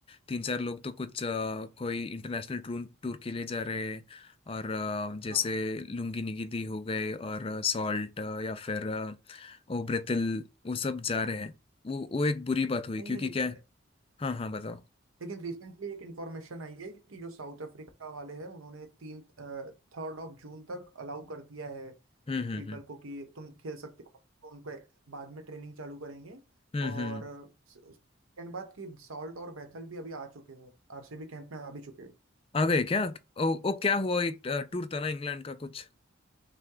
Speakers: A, on the left; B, on the right.
A: तीन चार लोग तो कुछ अ, कोई इंटरनेशनल टूर टूर के लिए जा रहे हैं और अ, जैसे
B: हाँ
A: लुंगी निगिदी हो गए और सॉल्ट या फिर अ, ओब्रेतिल वो सब जा रहे हैं वो वो एक बुरी बात हुई
B: नहीं
A: क्योंकि
B: नहीं लेकिन
A: क्या है हाँ हाँ बताओ
B: लेकिन रिसेंटली एक इंफॉर्मेशन आई है कि जो साउथ अफ्रीका वाले हैं उन्होंने तीन थर्ड ऑफ जून तक अलाउ कर दिया है
A: हम्म हम्म
B: पीपल
A: हम्म
B: को कि तुम खेल सकते हो तो उनको एक- बाद में ट्रेनिंग चालू करेंगे
A: हम्म
B: और
A: हम्म हम्म।
B: सेकंड बात कि सॉल्ट और बैथल भी अभी आ चुके हैं आरसीबी कैंप में आ भी चुके हैं
A: आ गए क्या ओ, ओ क्या हुआ एक टूर था ना इंग्लैंड का कुछ